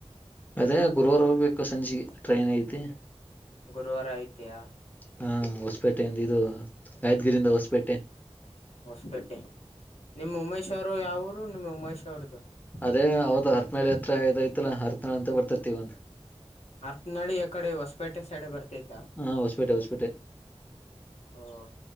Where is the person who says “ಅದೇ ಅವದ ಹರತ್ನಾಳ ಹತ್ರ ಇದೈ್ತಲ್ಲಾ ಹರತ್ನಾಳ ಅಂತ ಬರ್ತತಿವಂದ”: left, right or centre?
Left